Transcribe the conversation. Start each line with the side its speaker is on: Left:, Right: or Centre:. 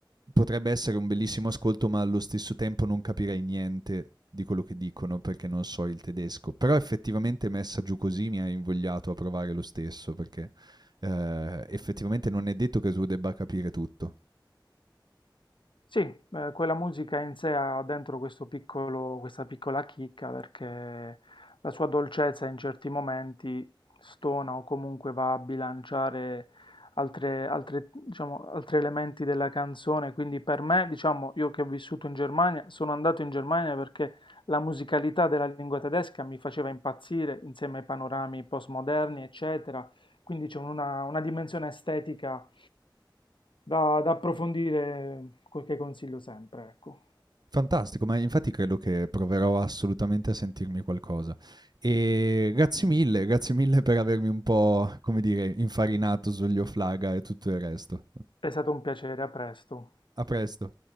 Right: potrebbe essere un bellissimo ascolto, ma allo stesso tempo non capirei niente di quello che dicono perché non so il tedesco. Però effettivamente messa giù così mi ha invogliato a provare lo stesso, perché eh, effettivamente non è detto che tu debba capire tutto.
Left: Sì, eh, quella musica in sé ha dentro questo piccolo, questa piccola chicca perché la sua dolcezza in certi momenti stona o comunque va a bilanciare altre, altre, diciamo, altri elementi della canzone. Quindi per me, diciamo, io che ho vissuto in Germania, sono andato in Germania perché la musicalità della lingua tedesca mi faceva impazzire insieme ai panorami postmoderni, eccetera. Quindi c'è una, una dimensione estetica da, da approfondire, quel che consiglio sempre, ecco.
Right: Fantastico, ma infatti credo che proverò assolutamente a sentirmi qualcosa. E grazie mille, grazie mille per avermi un po', come dire, infarinato sugli Oflaga e tutto il resto.
Left: È stato un piacere, a presto.
Right: A presto.